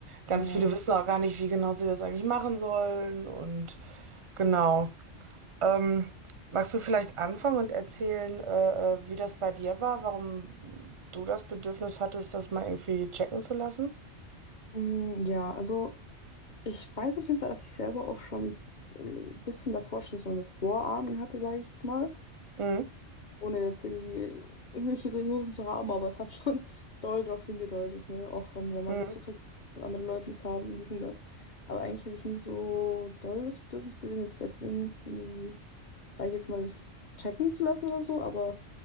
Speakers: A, on the right; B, on the left.
A: ganz
B: Ja.
A: viele wissen auch gar nicht, wie genau sie das eigentlich machen sollen. Und genau. Ähm, magst du vielleicht anfangen und erzählen, äh, äh, wie das bei dir war, warum du das Bedürfnis hattest, das mal irgendwie checken zu lassen?
B: Mm, Ja, also ich weiß auf jeden Fall, dass ich selber auch schon äh, ein bisschen davor schon so eine Vorahnung hatte, sage ich jetzt mal.
A: Mhm.
B: Ohne jetzt irgendwie irgendwelche Diagnosen zu haben, aber es hat schon <laughs> doll darauf hingedeutet, ne? Auch von, wenn man
A: Mhm.
B: sich so vergleicht mit anderen Leuten, die es haben, die sind das. Aber eigentlich habe ich nie so doll das Bedürfnis gesehen, jetzt deswegen irgendwie, sage ich jetzt mal, das checken zu lassen oder so. Aber